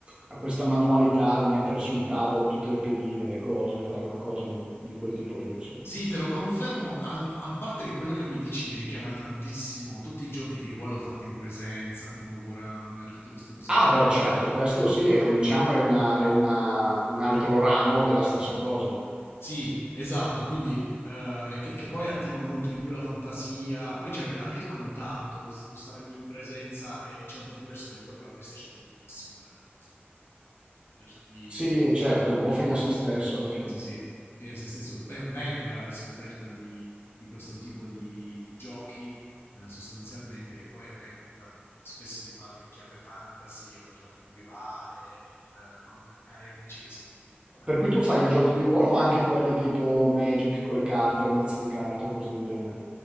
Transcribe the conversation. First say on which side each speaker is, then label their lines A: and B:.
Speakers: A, on the right; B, on the left.
A: a questa manualità di mettere sul
B: Mm.
A: tavolo tutte le pedine, le cose, fare una cosa di quel tipo lì, insomma.
B: Sì, te lo confermo, a, a parte che quello che mi dici mi richiama tantissimo tutti i giochi di ruolo fatti in presenza, tipo Warhammer, tutte queste cose
A: Ah,
B: qui.
A: beh,
B: con
A: certo,
B: i dadi-
A: questo sì, è,
B: Sì.
A: un- diciamo, è, una- è una- un altro ramo della stessa cosa.
B: Sì, esatto, quindi eh, che, che poi attivano molto di più la fantasia, poi c'è anche il contatto, lo, lo stare lì in presenza e c'è un po' diverso perché poi con la PlayStation bellissimo, meraviglioso, però poi tendi a chiuderti
A: Sì,
B: in
A: certo,
B: un mondo,
A: è un po' fine a se stesso alla fine.
B: sì sì, fine a se stesso, ben venga la riscoperta di, di questo tipo di, di giochi eh, sostanzialmente, che poi a me è capitato molto spesso di farle in chiave fantasy o in chiave medievale, eh, con cari amici che sono più addentrati.
A: Per cui tu fai i giochi di ruolo o anche quelli tipo Magic con le carte, mazzi di carte o cose del genere?